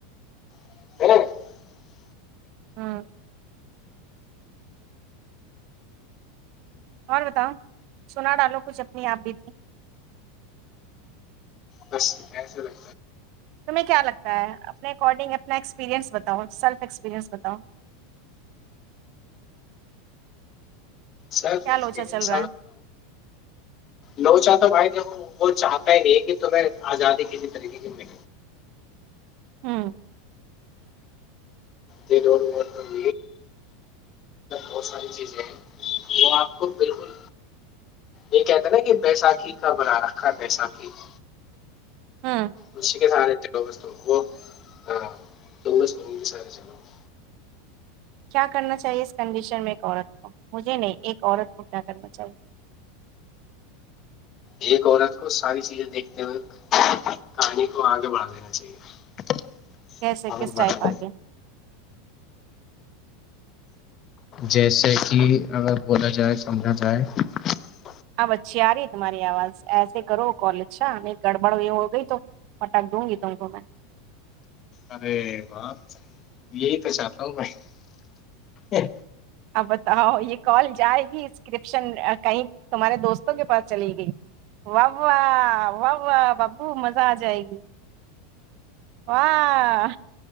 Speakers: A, on the left; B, on the right.
A: <inaudible>
B: ہاں اور بتاؤ سنا ڈالو کچھ اپنی آپ بھی تھی
A: کسے رہ
B: تمہیں کیا لگتا ہے اپنے اکارڈنگ اپنا ایکسپیرئنس بتاؤ سیلف ایکسپیرنس بتاؤ
A: سیفپرینس
B: کیا لوچا چل رہا ہے
A: لو چ تواہ وہ چاہتا ہی نہیں کہ تو آزادی کسی طریقے سے مل
B: ہوں
A: یہ مطلب بہت ساری چیزیں ہیں وہ آپ کو بالکل یہ کہتا نا کہ بیسااکھی کا بنا رکھا بیسااکھی <unintelligible>
B: ہوں
A: اسش کے س <unintelligible> چل وہ ہسار چلو <unintelligible>
B: کیا کرنا چاہیے اس کنڈیشن میں ایک عورت کو مجھے نہیں ایک عورت کو کیا کرنا چاہیے <unintelligible>
A: ایک عورت کو ساری چیزیں دیکھتے ہوئے کہانی کو آگے بڑھا دینا چاہیے <unintelligible>
B: کیسے
A: اور
B: کس
A: بڑھا
B: ٹائپ آگے؟ <unintelligible>
A: جیسے کہ اگر بولا جائے سمجھا جائے <unintelligible>
B: آ بچھی آ رہی ہے تماری آواز ای <unintelligible> سے کرو کالجا نہیں گڑبڑ یہ ہو گئی تو فٹاخ دوں گی تو کو میں
A: ارے بپ یہی تو چاہتا ہوں میں
B: اب بتاؤ یہ کال جائے گی اسکرپشن کہیں تمہارے دوستوں کے پاس چلی گئی واہ واہ واہ واہ ببو مزہ آ جائے گی واہ